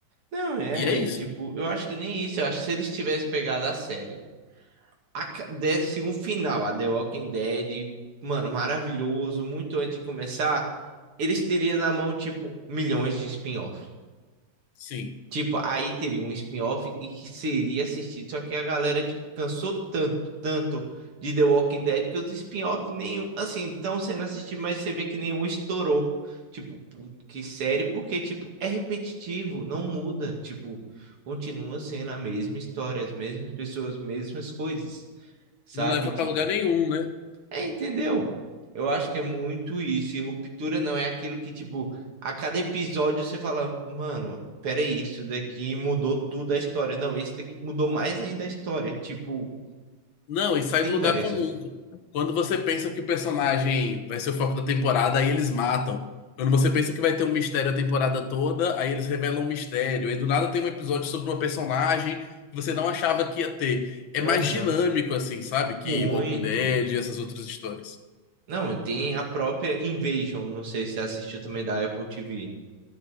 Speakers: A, on the right; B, on the left.
A: Não, é,
B: E é
A: e,
B: isso.
A: tipo, eu acho que nem isso. Eu acho que se eles tivessem pegado a série, a, ca- desse um final, a The Walking Dead, mano, maravilhoso, muito antes de começar, eles teriam na mão, tipo, milhões de spin-offs.
B: Sim.
A: Tipo, aí teria um spin-off e que seria assistido. Só que a galera, tipo, cansou tanto, tanto de The Walking Dead que os spin-off nenhum, assim, estão sendo assistidos, mas você vê que nenhum estourou. Tipo, pu- que série, porque, tipo, é repetitivo, não muda. Tipo, continua sendo a mesma história, as mesmas pessoas, as mesmas coisas, sabe?
B: Não leva
A: Tipo.
B: pra lugar nenhum, né?
A: É, entendeu? Eu acho que é muito isso. E ruptura não é aquilo que, tipo, a cada episódio você fala, mano, peraí, isso daqui mudou tudo a história. Não, esse daqui mudou mais ainda a história. Tipo,
B: Não, e sai
A: tem
B: do lugar
A: variações.
B: comum. Quando você pensa que o personagem vai ser o foco da temporada, aí eles matam. Quando você pensa que vai ter um mistério a temporada toda, aí eles revelam um mistério. Aí do nada tem um episódio sobre uma personagem que você não achava que ia ter. É
A: Aham.
B: mais dinâmico, assim, sabe? Que
A: Muito.
B: Walking Dead e essas outras histórias.
A: Não, tem a própria Invasion. Não sei se você assistiu também da Apple TV.